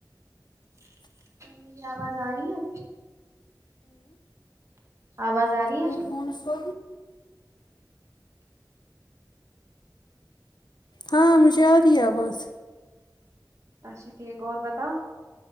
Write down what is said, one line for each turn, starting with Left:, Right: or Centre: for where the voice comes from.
Right: میری آواز آ رہی ہے آواز آ رہی ہے
Left: کت فونس کو ہاں مجھے آ رہی آواز
Right: اچھا ٹھیک اور پتا